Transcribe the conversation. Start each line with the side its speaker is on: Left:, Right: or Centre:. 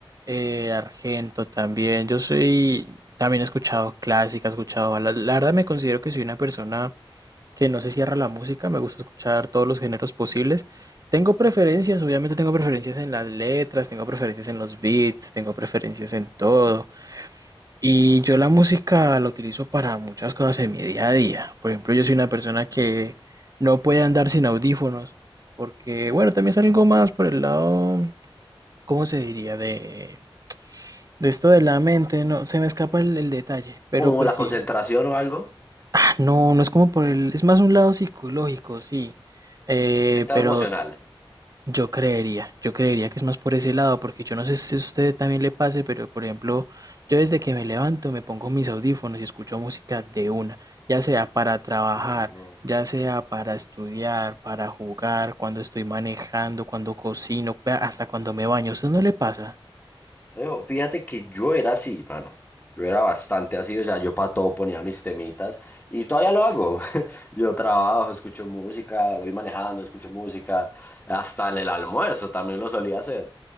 Right: eh, argento también. Yo soy, también he escuchado clásica, he escuchado baladas. La verdad me considero que soy una persona que no se cierra a la música, me gusta escuchar todos los géneros posibles. Tengo preferencias, obviamente tengo preferencias en las letras, tengo preferencias en los beats, tengo preferencias en todo. Y yo la música la utilizo para muchas cosas en mi día a día. Por ejemplo, yo soy una persona que no puede andar sin audífonos, porque, bueno, también es algo más por el lado, ¿cómo se diría? De, de esto de la mente, no, se me escapa el, el detalle, pero
Left: Como
Right: pues
Left: la
Right: sí.
Left: concentración o algo.
Right: Ah, No, no es como por el, es más un lado psicológico, sí. Eh,
Left: El estado
Right: pero
Left: emocional.
Right: Yo creería, yo creería que es más por ese lado, porque yo no sé si a usted también le pase, pero por ejemplo, yo desde que me levanto me pongo mis audífonos y escucho música de una, ya sea para trabajar,
Left: Ay, no.
Right: ya sea para estudiar, para jugar, cuando estoy manejando, cuando cocino, pe- hasta cuando me baño. ¿A usted no le pasa?
Left: Alejo, fíjate que yo era así, mano. Yo era bastante así, o sea, yo para todo ponía mis temitas y todavía lo hago. <laughs> Yo trabajo, escucho música, voy manejando, escucho música, hasta en el almuerzo también lo solía hacer.